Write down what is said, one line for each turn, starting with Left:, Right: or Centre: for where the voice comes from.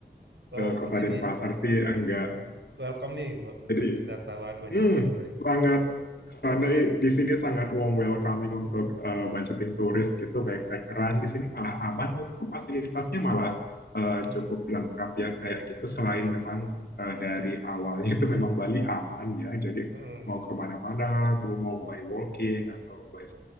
Right: Oh,
Left: eh, Kota
Right: jadi
Left: Denpasar sih enggak.
Right: Welcome nih bu-
Left: Jadi
Right: bu- wisatawan budgeting.
Left: Hmm,
Right: Bud-
Left: sangat sana di sini sangat warm welcoming untuk
Right: Hmm,
Left: eh, budgeting turis gitu, backpackeran. Di sini malah aman menurutku fasilitasnya malah eh,
Right: hmm,
Left: cukup lengkap ya kayak gitu. Selain memang eh, dari awalnya itu memang Bali aman ya, jadi
Right: hmm,
Left: mau kemana-mana, kamu mau by walking atau by